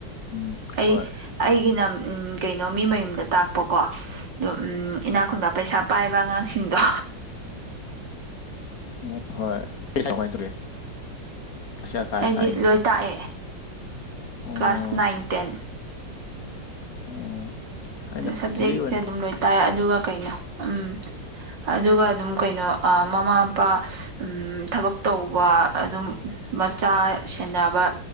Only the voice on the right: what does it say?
ꯑꯩ
ꯑꯩꯒꯤꯅ ꯎꯝ ꯀꯩꯅꯣ ꯃꯤ ꯃꯌꯨꯝꯗ ꯇꯥꯛꯄꯀꯣ ꯑꯗꯣ ꯎꯝ ꯏꯅꯥꯛ ꯈꯨꯨꯟꯕ ꯄꯩꯁꯥ ꯄꯥꯢꯕ ꯑꯉꯥꯡꯁꯤꯡꯗꯣ
ꯑꯩꯗꯤ
ꯂꯣꯢ ꯇꯥꯛꯑꯦ
ꯀ꯭ꯂꯥꯁ ꯅꯥꯏꯟ ꯇꯦꯟ
ꯁꯕꯖꯦꯛꯁꯦ
ꯑꯗꯨꯝ ꯂꯣꯢ ꯇꯥꯛꯑꯦ ꯑꯗꯨꯒ ꯀꯩꯅꯣ ꯎꯝ ꯑꯗꯨꯒ ꯑꯗꯨꯝ ꯀꯩꯅꯣ ꯑ ꯃꯃꯥ ꯃꯄꯥ ꯎꯝ ꯊꯕꯛ ꯇꯧꯕ ꯑꯗꯨꯝ ꯃꯆꯥ ꯁꯦꯟꯅꯕ